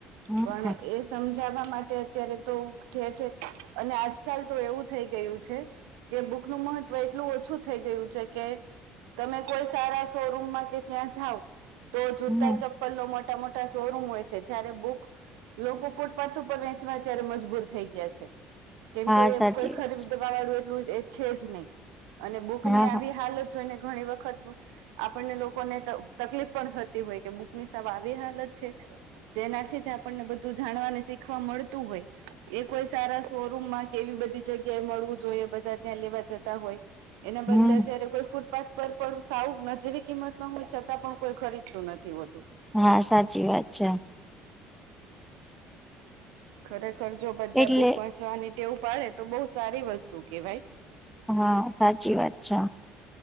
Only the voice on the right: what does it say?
પણ એ. સમજાવવા માટે અત્યારે તો ઠેર ઠેર અને આજકાલ તો એવું થઈ ગયું છે. કે બુક નું મહત્વ એટલું ઓછું છે. થઈ ગયું છે કે તમે કોઈ સારા શોરૂમમાં કે ત્યાં જાાવ. તો જૂતા
ચપ્પલ ન મોટા મોટા શોરૂમ હોય છે જયારે બુક. લોકો ફૂટપાથ ઉપર વેંચવા ત્યારે મજબૂર થઈ ગયા છે. કેમ
કે
કોઈ
ખરીબ દવા વાળું એટલું એ છે જ નહીં અને બુક
ની આવી
હાલત. જોઈને ઘણી વખત. આપણને લોકોને તકલીફ પણ થતી હોય કે બુક ની સા આવી હાલત છે. જેનાથી જ આપણને બધું જાણવાને શીખવા મળતું હોય એ કોઈ સારા શોરૂમમાં. એવી બધી જગ્યાએ મળવું જોઈએ બધા ત્યાં લેવા જતા હોય એના
બદલે અત્યારે કોઈ ફૂટપાથ. પણ સાવ નજીવી કિંમત માં હોય છતાં પણ કોઈ ખરીદતું નથી હોતું.
ખરેખર જો બધા
બુક વાંચવાની ટેવું પાડે તો બહુ સારી વસ્તુ કેવાય.